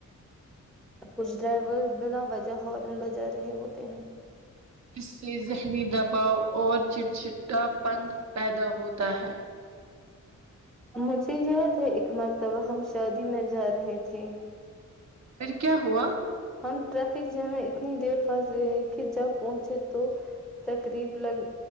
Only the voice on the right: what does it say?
اس سے ذہنی دباؤ اور چٹ چٹٹا پن پیدا ہوتا ہے
پھر کیا ہوا